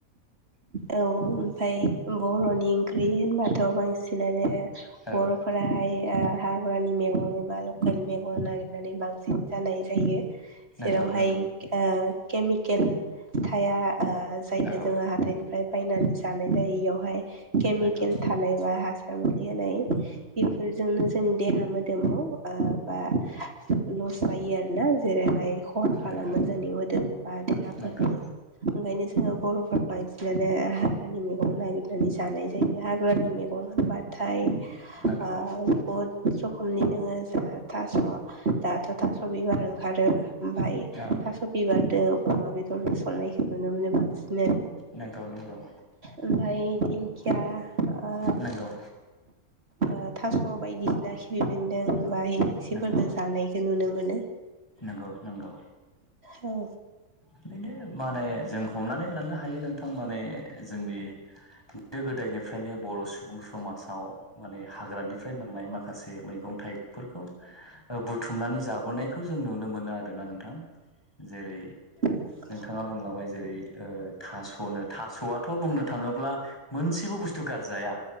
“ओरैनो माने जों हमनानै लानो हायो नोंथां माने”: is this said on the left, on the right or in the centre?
Left